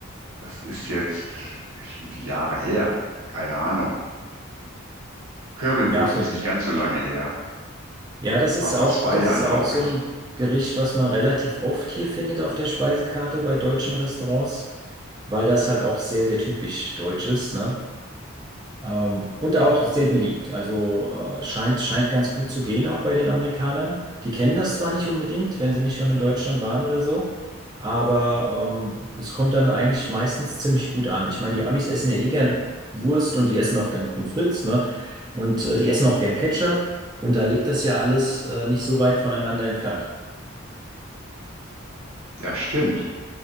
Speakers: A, on the right; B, on the right.
A: Das ist jetzt irgendwie Jahre her. Keine Ahnung. Currywurst
B: Ja, finde
A: ist nicht
B: ich.
A: ganz so lange her.
B: Ja, das
A: Das
B: ist
A: war vor
B: auch,
A: zwei
B: das
A: Jahren,
B: ist auch
A: glaube
B: so
A: ich.
B: ein Gericht, was man relativ oft hier findet auf der Speisekarte bei deutschen Restaurants, weil das halt auch sehr, sehr typisch deutsch ist, ne? Ähm, und auch sehr beliebt. Also äh, scheint, scheint ganz gut zu gehen auch bei den Amerikanern. Die kennen das zwar nicht unbedingt, wenn sie nicht schon in Deutschland waren oder so, aber ähm, es kommt dann eigentlich meistens ziemlich gut an. Ich meine, die Amis essen ja eh gern Wurst und die essen auch gern Pommes frites, ne? Und äh, die essen auch gern Ketchup. Und da liegt das ja alles äh, nicht so weit voneinander entfernt.
A: Ja, stimmt.